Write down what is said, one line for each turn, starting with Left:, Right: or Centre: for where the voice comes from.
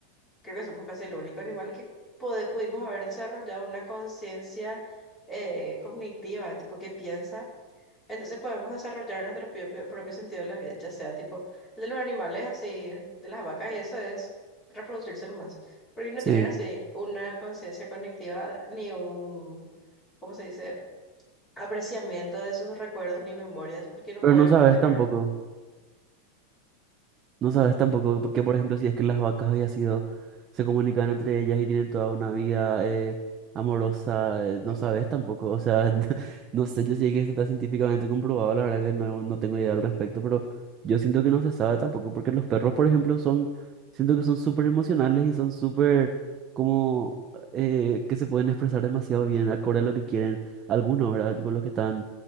Left: creo que somos casi el único animal que pode- pudimos haber desarrollado una conciencia eh, cognitiva, tipo que piensa. Entonces podemos desarrollar nuestro propio, propio sentido de la vida, ya sea tipo el de los animales así, de las vacas y eso es reproducirse más, porque no
Right: Sí,
Left: tienen así una conciencia cognitiva ni un, ¿cómo se dice? apreciamiento de sus recuerdos ni memorias porque no
Right: Pero
Left: pueden
Right: no sabes
Left: retener.
Right: tampoco. No sabes tampoco que, por ejemplo, si es que las vacas había sido, se comunican entre ellas y tienen toda una vida eh, amorosa, eh,
Left: <laughs>
Right: no sabes tampoco. O sea, <laughs> no sé, yo sé que esto está científicamente comprobado, la verdad que no, no tengo idea al respecto, pero yo siento que no se sabe tampoco, porque los perros, por ejemplo, son, siento que son súper emocionales y son súper como eh, que se pueden expresar demasiado bien, acorde a lo que quieren algunos, ¿verdad? Tipo los que están